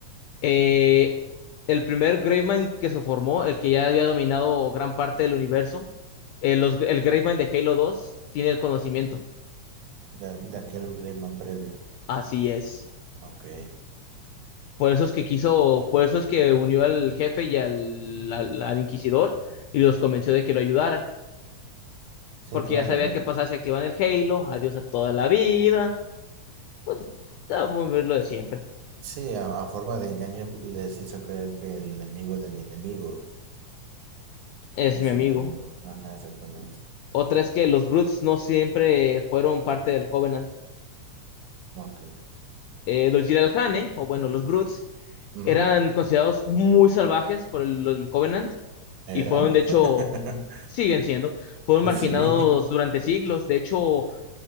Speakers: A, on the left; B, on the right.
A: eh, el primer Gravemind que se formó, el que ya había dominado gran parte del universo, eh, los- el Gravemind de Halo 2 tiene el conocimiento.
B: de, de aquel clima previo.
A: Así es.
B: Ok.
A: Por eso es que quiso, por eso es que unió al jefe y al, al, al inquisidor y los convenció de que lo ayudaran.
B: Sí,
A: Porque
B: claro.
A: ya sabía qué pasaba si activan el Halo. Adiós a toda la vida. Pues, ah, lo de siempre.
B: Sí, a, a forma de engaño les hizo creer que el enemigo de mi enemigo
A: Es
B: es
A: mi amigo.
B: un amigo. Ajá, exactamente.
A: Otra es que los Brutes no siempre fueron parte del Covenant.
B: Ok.
A: Eh, los Jiralhane, o bueno, los Brutes,
B: Ujú.
A: eran considerados muy salvajes por el, el Covenant
B: ¿Eran?
A: y fueron, de hecho,
B: <laughs>
A: siguen siendo, fueron marginados
B: Sí.
A: durante siglos. De hecho,